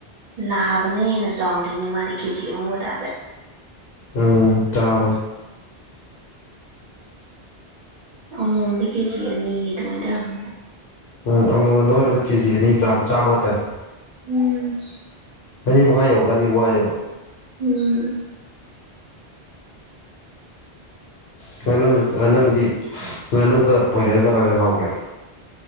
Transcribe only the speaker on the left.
ꯎꯝ ꯇꯥꯕꯅꯦ
ꯎꯝ ꯑꯃꯣꯝꯅ ꯅꯣꯏꯔꯒ ꯀꯦꯖꯤ ꯑꯅꯤꯒ꯭ꯔꯥꯝ ꯆꯥꯝꯃꯒ ꯇꯥꯏ
ꯑꯅꯤ ꯃꯈꯥꯏ ꯌꯧꯕꯒꯗꯤ ꯋꯥꯏꯌꯦꯕ
ꯉꯥꯅꯨ ꯑꯥ ꯅꯪꯗꯤ ꯉꯥꯅꯨꯒ ꯕꯣꯏꯂꯔꯒ ꯀꯅꯥ ꯍꯦꯟ ꯍꯥꯎꯒꯦ